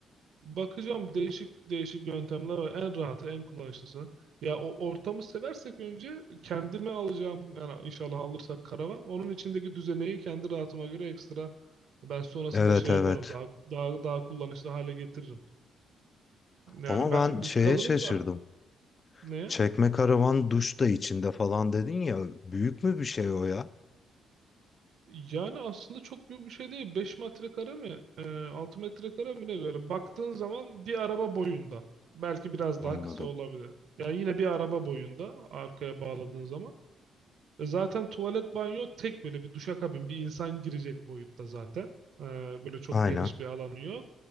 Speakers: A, on the right; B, on the left.
A: Bakacağım değişik değişik yöntemler var. En rahatı, en kullanışlısı. Ya o ortamı seversek önce kendime alacağım yani inşallah alırsak karavan. Onun içindeki düzeneyi kendi rahatıma göre ekstra ben sonrasında
B: Evet
A: şey
B: evet.
A: yaparım. Daha daha daha kullanışlı hale getiririm. Yani
B: Ama
A: ben
B: ben şeye
A: biz kalırız
B: şaşırdım.
A: da neye?
B: Çekme karavan duş da içinde falan dedin ya. Büyük mü bir şey o ya?
A: Yani aslında çok büyük bir şey değil. beş metrekare mi? Ee, 6 metrekare mi ne böyle? Baktığın zaman bir araba boyunda. Belki biraz
B: Anladım.
A: daha kısa olabilir. Yani yine bir araba boyunda arkaya bağladığın zaman. E, Zaten tuvalet banyo tek böyle bir duşakabin bir insan girecek boyutta zaten. E, böyle çok
B: Aynen.
A: geniş bir alanı yok.